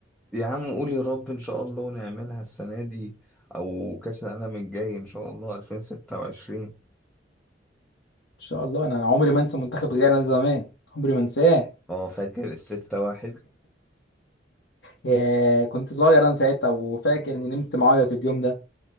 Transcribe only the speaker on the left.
شاء الله انا أنا عمري ما انسى منتخب غانا زمان عمري ما انساه
يا كنت صغير انا ساعتها وفاكر اني نمت معيط اليوم ده